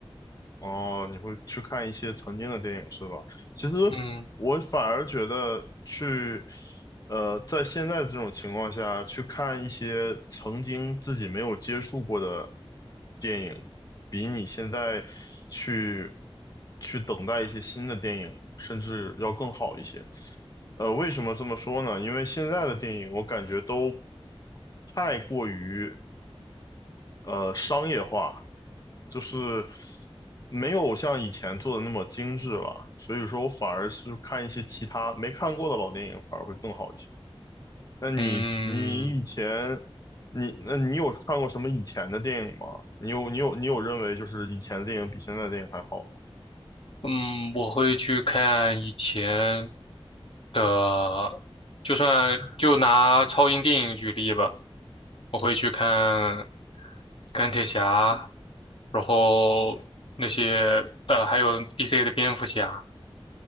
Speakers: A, on the left (about 40°); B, on the left (about 65°).
A: 哦，你会去看一些曾经的电影是吧？其实
B: 嗯
A: 我反而觉得去，呃，在现在这种情况下去看一些曾经自己没有接触过的电影，比你现在去去等待一些新的电影，甚至要更好一些。呃，为什么这么说呢？因为现在的电影我感觉都太过于呃商业化，就是没有像以前做的那么精致了，所以说我反而是看一些其他没看过的老电影，反而会更好一些。那你你以前
B: 嗯
A: 你那你有看过什么以前的电影吗？你有你有你有认为就是以前的电影比现在的电影还好吗？
B: 嗯，我会去看以前的，就算就拿超英电影举例吧。我会去看钢铁侠，然后那些呃，还有 DC 的蝙蝠侠，